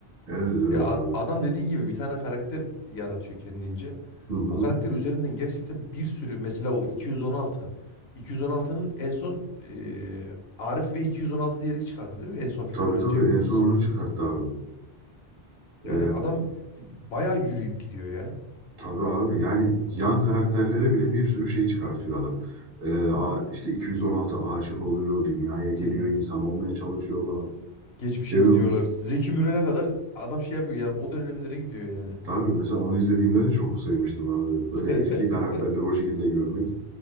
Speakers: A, on the right; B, on the left.
A: Evet evet
B: Ya a-
A: abi.
B: adam dediğin gibi bir tane karakter yaratıyor kendince.
A: Hı-hı.
B: O karakter üzerinden gerçekten bir sürü mesela o 216. 216'nın en son eee, Arif ve 216 diyerek çıkardı değil mi? En son filmini
A: Tabii tabii
B: Cem Yılmaz.
A: en son onu çıkarttı abi.
B: Yani
A: E,
B: adam bayağı yürüyüp gidiyor ya.
A: tabii abi yani yan
B: Evet.
A: karakterlere bile bir sürü şey çıkartıyor adam. E, a- işte 216 aşık oluyor, dünyaya geliyor,
B: Hı hı.
A: insan olmaya çalışıyor falan.
B: Geçmişe
A: Cemil
B: gidiyorlar. Zeki Müren'e kadar adam şey yapıyor yani o dönemlere gidiyor yani.
A: Tabii mesela onu izlediğimde de çok sevmiştim abi.
B: <laughs>
A: Böyle eski karakterleri o şekilde görmek.